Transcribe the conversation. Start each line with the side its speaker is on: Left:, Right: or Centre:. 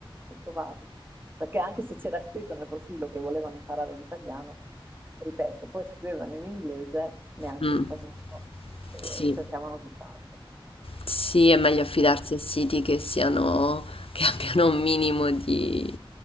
Right: trovarli. Perché anche se c'era scritto nel profilo che volevano imparare l'italiano, ripeto, poi scrivevano in inglese, neanche
Left: Mm,
Right: in spagnolo, e
Left: sì.
Right: cercavano tutt'altro.
Left: Sì, è meglio affidarsi a siti che siano, che abbiano un minimo di,